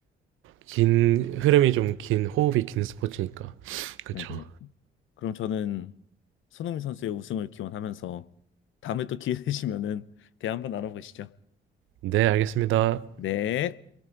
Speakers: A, on the right; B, on the left.
A: 긴 흐름이 좀 긴 호흡이 긴 스포츠니까. 그렇죠.
B: 그러니까요. 그럼 저는 손흥민 선수의 우승을 기원하면서 다음에 또 기회 되시면은 대화 한번 나눠보시죠.
A: 네, 알겠습니다.
B: 네.